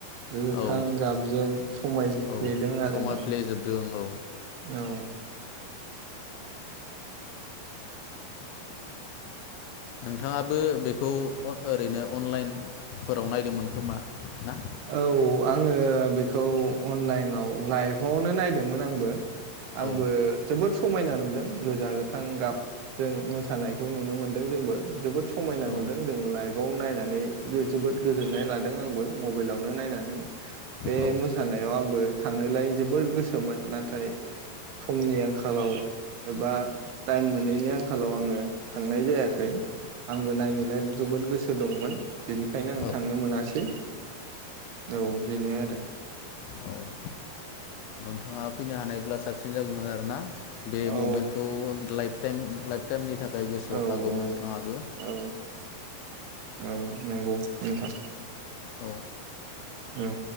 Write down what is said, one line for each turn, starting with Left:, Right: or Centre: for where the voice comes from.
Right: गोथां
Left: औ
Right: गाबजों समायफ्लेदों
Left: औ
Right: आरोना
Left: समायफ्लेजोबदों औ
Right: औ
Left: नोंथाङाबो बेखौ ओरैनो अनलाइनफोराव नायदोंमोन खोमा ना
Right: औ आङो बेखौ अनलाइनाव लाइभआवनो नायदोंमोन आंबो आंबो
Left: औ
Right: जोबोद समायना नुदों गोजा गोथां गाबजों मोसानायखौ नुनो मोनदों जोंबो जोबोद समायना
Left: औ
Right: नुदों जों लाइभ आव नायनानै जोबोद गोजोननाय लादों आंबो मबाइलावनो नायनानै बे
Left: औ
Right: मोसानायाव आंबो थांनोलाय जोबोर गोसोमोन नाथाय समनि आंखालाव एबा टाइम मोनैनि आंखालाव आङो थांनाय जायाखै आंबो नायनोलाय जोबोद गोसो दंमोन बेनिखायनो आं
Left: औ
Right: थांनो मोनासै औ बेनो आरो
Left: औ नोंथाङा फैनो हानायब्ला साबसिन जागौमोन आरोना बे
Right: औ
Left: ममेन्टखौ लाइफटाइम लाइफटाइमनि थाखाय गोसोआव
Right: औ
Left: थागौ
Right: औ
Left: नोंथाङाबो
Right: औ औ नंगौ नोंथां
Left: औ
Right: औ